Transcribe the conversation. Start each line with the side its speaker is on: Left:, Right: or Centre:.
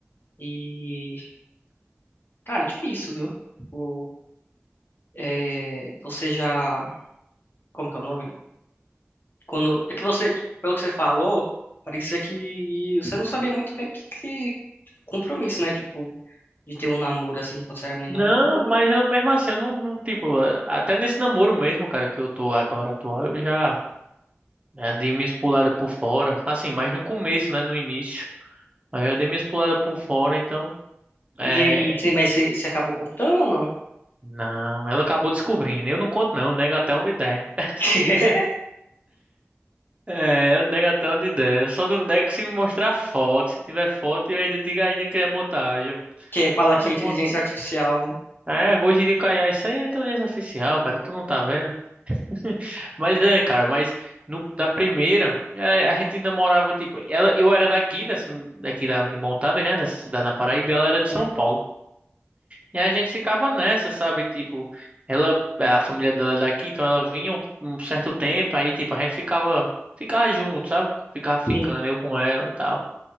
Left: E, cara, é difícil, viu? Tipo, é, você já, como que é o nome? Quando, é que você, tipo, pelo que você falou, parecia que você não sabia muito bem o que, que tipo, compromisso, né? Tipo, de ter um namoro assim quando você era menor.
Right: Não,
Left: Eu também-
Right: mas eu mesmo assim, eu não, não, tipo, até nesse namoro mesmo, cara, que eu tô agora atual, eu já, já dei minhas puladas por fora. Assim, mas no começo, né, no início. Mas eu já dei minhas puladas por fora, então, é.
Left: E aí, você, mas você, você acabou contando ou não?
Right: Não, ela acabou descobrindo. Eu não conto, não, eu nego até onde der. <laughs>
Left: <laughs>
Right: É, eu nego até onde der. Eu só não nego se me mostrar foto. Se tiver foto, eu ainda digo ainda que é montagem.
Left: Que fala que
Right: É,
Left: é inteligência
Right: mont...
Left: artificial, né?
Right: é, hoje em dia caiu isso aí é inteligência artificial, cara, tu não tá vendo? <laughs> Mas é, cara, mas no- na primeira, a, a gente namorava, tipo, ela, eu era daqui, dessa, daqui da, de Montada, né, dessa cidade na Paraíba, ela era
Left: Certo.
Right: de São Paulo. E a gente ficava nessa, sabe, tipo, ela, a família dela é daqui, então ela vinha um, um certo tempo, aí, tipo, a gente ficava, ficava junto, sabe, ficava ficando,
Left: Sim,
Right: eu com ela e tal.